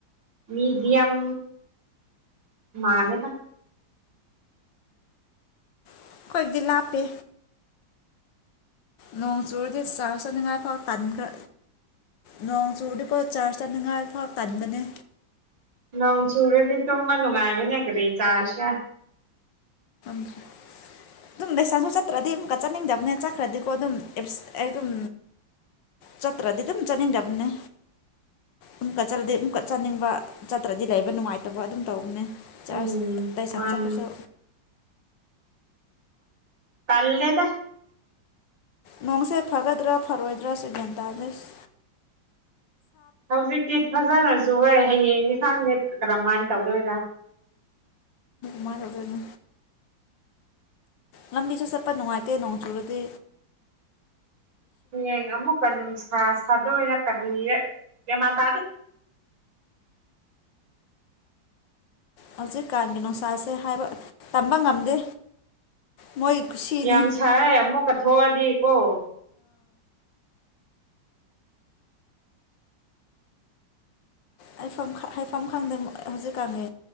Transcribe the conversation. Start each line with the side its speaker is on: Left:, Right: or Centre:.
Right: ꯃꯤꯦꯗꯤꯌꯝ ꯃꯥꯂꯦꯗ
Left: ꯑꯩꯈꯣꯏꯗꯤ ꯂꯥꯞꯄꯦ ꯅꯣꯡ ꯆꯨꯔꯗꯤ ꯆꯥꯔꯖ ꯆꯥꯅꯤꯡꯉꯥꯏ ꯐꯥꯎ ꯀꯟꯈ ꯅꯣꯡ ꯆꯨꯔꯗꯤꯀꯣ ꯆꯥꯔꯖ ꯆꯥꯅꯤꯡꯉꯥꯏ ꯐꯥꯎ ꯀꯟꯕꯅꯦ
Right: ꯅꯣꯡ ꯁꯨꯔꯗꯤ ꯇ ꯃꯅꯅꯨꯡꯉꯥꯏꯕꯤꯅꯦ ꯀꯔꯤ ꯆꯥꯁꯦ
Left: ꯑꯗꯨꯝ ꯂꯩꯁꯥꯁꯨ ꯆꯠꯇ꯭ꯔꯗꯤ ꯑꯃꯨꯛꯀ ꯆꯥꯅꯤꯡꯗꯕꯅꯦ ꯆꯠꯈ꯭ꯔꯗꯤꯀꯣ ꯑꯗꯨꯝ ꯑꯩ ꯑꯗꯨꯝ ꯆꯠꯇ꯭ꯔꯗꯤ ꯑꯗꯨꯝ ꯆꯠꯅꯤꯡꯗꯕꯅꯦ ꯑꯃꯨꯛꯀ ꯆꯠꯂꯗꯤ ꯑꯃꯨꯛꯀ ꯆꯥꯅꯤꯡꯕ ꯆꯠꯇ꯭ꯔꯗꯤ ꯂꯩꯕ ꯅꯨꯡꯉꯥꯏꯇꯕ ꯑꯗꯨꯝ ꯇꯧꯕꯅꯦ ꯆꯥꯁ
Right: ꯎꯝ
Left: ꯇꯩꯁ
Right: ꯃꯥꯅꯦ
Left: ꯆ ꯄꯁꯨ
Right: ꯀꯂꯦꯗ
Left: ꯅꯣꯡꯁꯦ ꯐꯒꯗ꯭ꯔꯥ ꯐꯔꯣꯏꯗ꯭ꯔꯥ ꯁꯦ ꯒꯦꯟꯇꯥꯂꯤꯁ
Right: ꯍꯧꯖꯤꯛꯇꯤ ꯐꯖꯅꯁꯨ ꯑꯣꯏ ꯍꯌꯦꯡ ꯊꯥꯡꯅꯦꯦ ꯀ ꯀꯃꯅꯤ ꯇꯧꯗ ꯑꯣꯏꯒ
Left: ꯃꯥꯔꯔꯕꯅ ꯂꯕꯤ ꯆꯁꯄ ꯅꯅꯨꯡꯉꯥꯏꯇ ꯅꯣꯡ ꯆꯨꯔꯗ
Right: ꯍꯌꯦꯡ ꯑꯃꯨꯛꯀ ꯑꯗꯨꯝ ꯁꯥ ꯁꯥꯗꯔ ꯀꯔꯤ ꯀꯃꯥꯟ ꯇ ꯑꯗꯨ
Left: ꯍꯧꯖꯤꯛꯀꯥꯟꯒꯤ ꯅꯨꯡꯁꯥꯁꯦ ꯍꯥꯏꯕ ꯇꯝꯕ ꯉꯝꯗꯦ ꯃꯣꯏ ꯈꯨꯁꯤꯅꯤ
Right: ꯌꯥꯝ ꯁꯥꯏꯦ ꯑꯃꯨꯛ ꯀꯠꯊꯣꯛꯑꯗꯤ ꯑꯣꯣ
Left: ꯍꯥꯏꯥꯏꯐꯝ ꯈꯪꯗ ꯍꯧꯖꯤꯛꯀꯥꯟꯅꯤ